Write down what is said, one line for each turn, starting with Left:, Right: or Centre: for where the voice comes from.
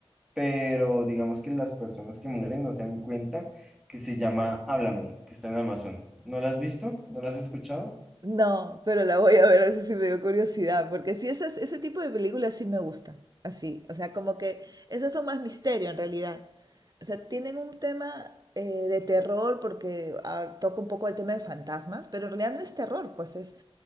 Centre: pero digamos que las personas que mueren no se dan cuenta que se llama Háblame, que está en Amazon. ¿No la has visto? ¿No la has escuchado?
Right: No, pero la voy a ver, eso sí me dio curiosidad, porque sí, esas, ese tipo de películas sí me gustan, así, o sea, como que esas son más misterio en realidad. O sea, tienen un tema eh, de terror porque ah, toca un poco el tema de fantasmas, pero en realidad no es terror, pues es,